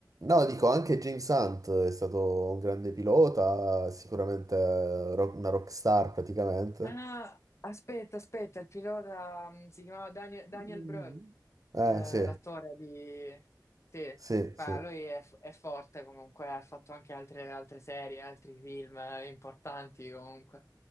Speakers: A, on the right; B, on the left.
A: no, dico, anche James Hunt è stato un grande pilota, sicuramente eh, rock- una rockstar praticamente.
B: Ah, no, aspetta, aspetta, il pilota mm, si chiamava Daniel, Daniel
A: Mm.
B: Brühl,
A: Eh,
B: l- l'attore
A: sì,
B: di... Sì,
A: sì,
B: ma
A: sì,
B: lui è, f- è forte comunque, ha fatto anche altre, altre serie, altri film eh, importanti comunque.